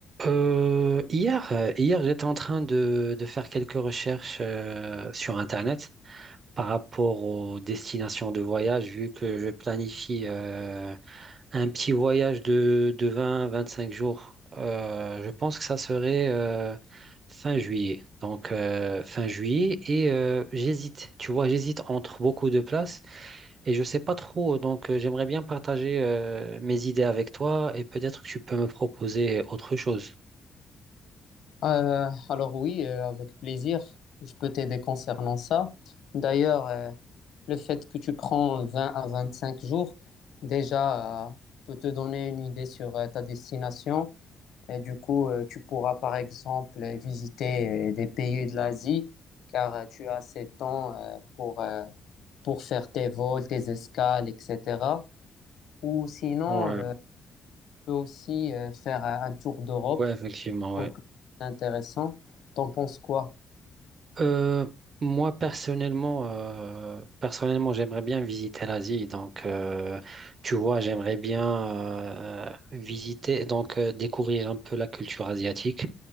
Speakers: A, on the right; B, on the left.
A: Euh, hier, euh, hier j'étais en train de, de faire quelques recherches euh, sur Internet par rapport aux destinations de voyage, vu que je planifie euh, un petit voyage de, de vingt vingt cinq jours. Euh, je pense que ça serait euh, fin juillet. Donc euh, fin juillet et euh, j'hésite. Tu vois, j'hésite entre beaucoup de places et je sais pas trop. Donc euh, j'aimerais bien partager euh, mes idées avec toi et peut-être que tu peux me proposer autre chose.
B: Euh, alors oui, euh, avec plaisir, je peux t'aider concernant ça. D'ailleurs, euh, le fait que tu prends 20 à 25 jours, déjà, euh, peut te donner une idée sur euh, ta destination. Et du coup, euh, tu pourras par exemple euh, visiter euh, des pays de l'Asie, car euh, tu as assez de temps euh, pour, euh, pour faire tes vols, tes escales, etc. Ou sinon,
A: Ouais,
B: euh, tu peux aussi euh, faire un un tour d'Europe.
A: ouais,
B: Je
A: effectivement, ouais.
B: trouve que c'est intéressant. T'en penses quoi?
A: Euh, moi, personnellement, euh, personnellement, j'aimerais bien visiter l'Asie. Donc, euh, tu vois, j'aimerais bien euh, visiter, donc euh, découvrir un peu la culture asiatique,